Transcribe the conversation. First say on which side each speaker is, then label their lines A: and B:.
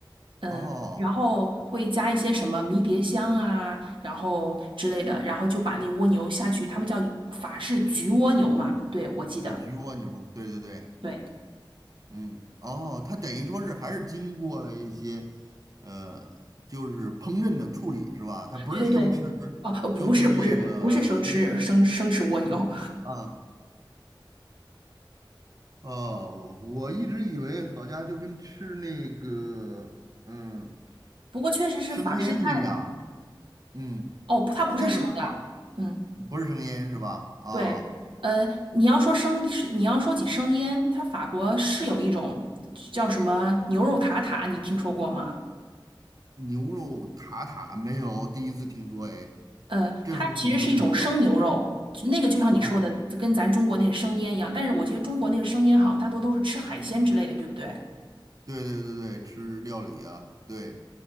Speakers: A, on the right; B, on the right.
A: 嗯，
B: 哦，
A: 然后会加一些什么迷迭香啊，然后之类的，然后就把那蜗牛下去，他们叫法式焗蜗牛嘛，对，我记得，
B: 啊，焗蜗牛，对对对，
A: 对，
B: 嗯，哦，它等于说是还是经过了一些，呃，就是烹饪的处理是吧？它不是生吃，
A: 对对对，哦，不是不是不是生吃生生吃蜗牛，
B: 就跟那个生啊。哦，我一直以为好家伙就跟吃那个嗯
A: <laughs> 不过确实是法式菜，
B: 生腌一样，嗯，
A: 哦，它不是生的，
B: 但是把
A: 嗯，
B: 不是生腌是吧？啊、
A: 对，呃，你要说生是你要说起生腌，它法国是有一种叫什么牛肉塔塔，你听说过吗？
B: 牛肉塔塔没有，第一次听说，哎，
A: 呃，
B: 这是个什么东西哟、
A: 它其实是一种生牛肉，就那个就像你说的，
B: 哦？
A: 跟咱中国那个生腌一样。但是我觉得中国那个生腌好像大多都是吃海鲜之类的，对不对？
B: 对对对对，吃料理啊，对，